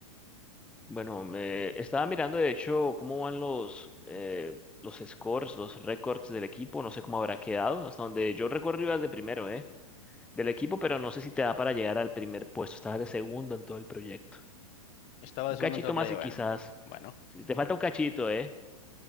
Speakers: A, in the centre; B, on the left.
A: Bueno, me estaba mirando de hecho cómo van los, eh, los scores, los récords del equipo. No sé cómo habrá quedado. Hasta donde yo recuerdo ibas de primero, ¿eh? Del equipo, pero no sé si te da para llegar al primer puesto. Estabas de segundo en todo el proyecto.
B: Estaba de
A: Un
B: segundo
A: cachito
B: en todo el
A: más
B: proyecto.
A: y quizás.
B: Bueno, bueno.
A: Si te falta un cachito, ¿eh?